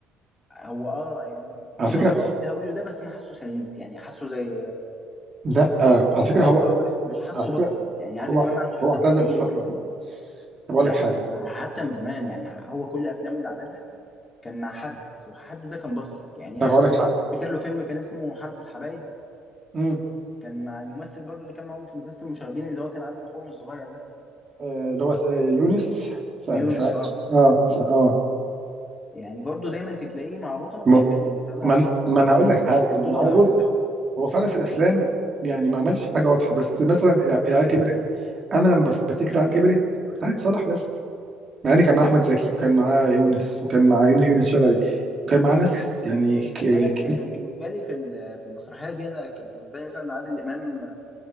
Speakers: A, on the left; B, on the right.
A: هو اه يعني
B: على
A: ظلم
B: فكره
A: قوي اللي هقوله ده بس انا حاسه سنيد يعني حاسه زي
B: لا آه على فكره
A: سعيد
B: هو
A: صالح مش حاسه
B: على فكره
A: بطل يعني عادل
B: هو
A: امام عنده حته
B: هو اعتزل
A: البطوله
B: فتره طب اقول
A: لا
B: لك حاجه
A: ما حتى من زمان يعني هو كل افلامه اللي عملها كان مع حد وحد ده كان بطل يعني
B: طب
A: تقريبا
B: اقول لك حاجه
A: افتكر له فيلم كان اسمه حاره الحبايب
B: امم
A: كان مع الممثل برضو اللي كان معاهم في مدرسة المشاغبين اللي هو كان عامل اخوهم الصغير ده
B: آه، اللي هو س- آه، يونس سعيد
A: يونس
B: سعيد
A: اه
B: اه سعيد اه
A: يعني برضو دايما تتلاقيه مع بطل
B: ما
A: في فيلم طالع
B: ما انا
A: طالع
B: ما أنا
A: مثلا
B: هقول لك حاجه
A: بطولة
B: ما هو بص
A: مزدوجة
B: هو فعلا في الافلام يعني ما عملش حاجه واضحه بس مثلا الع- العيال كبرت انا لما بف- بفتكر العيال كبرت سعد صالح بس مع ان كان معاه احمد زكي وكان معاه يونس وكان معاه يون- يونس شلبي وكان معاه ناس يعني ك-
A: خد بالك
B: ك-
A: بال- بالنسبة لي في ال- في المسرحية دي انا كان بالنسبة لي مثلا عادل امام